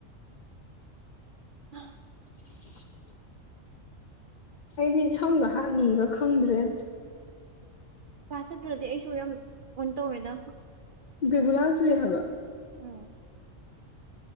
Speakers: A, on the right; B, on the left.
A: ꯎꯝ
B: <inaudible> ꯑꯩꯗꯤ ꯁꯪꯒ ꯍꯥꯠꯅꯤꯒ ꯈꯪꯗ꯭ꯔꯦ
A: ꯀꯂꯥꯁ ꯆꯠꯇꯔꯗꯤ ꯑꯩꯁꯨ ꯌꯥꯝ ꯋꯥꯟꯇꯧꯏꯗ
B: ꯕꯤꯕꯨꯂꯥ ꯆꯨꯏ ꯍ‌ꯥꯏꯕ
A: ꯎꯝ